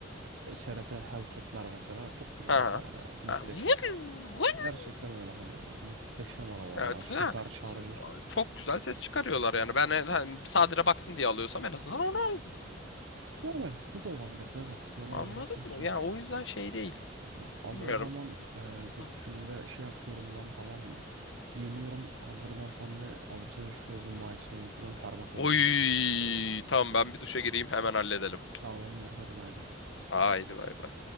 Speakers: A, on the right; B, on the left.
A: e, SRT Hellcat'ler mesela çok güzel
B: Ha.
A: arabalar ya. Muhteşem.
B: Ha. Vın, vın.
A: Gerçekten öyle hani ya. Muhteşem arabalar
B: Evet,
A: ya. Süper
B: ha.
A: Charger.
B: S- Çok güzel ses çıkarıyorlar yani. Ben e, hani sadire baksın diye alıyorsam en azından onu al.
A: Yani bu da olabilirdi evet. Neden
B: Anladın
A: olmasın ki?
B: mı? Yani o yüzden şey değil.
A: Ya, abi
B: Bilmiyorum.
A: o zaman e, dur
B: Hı.
A: şimdi şey yapıyorum ben tamam mı? Giyiniyorum hazırlan sen de alıp seni şu showroom bayisine götürüyorum. Fermas'a
B: Oy,
A: gideceğiz.
B: tamam ben bir duşa gireyim hemen halledelim.
A: Tamamdır hadi bay bay.
B: Haydi bay bay.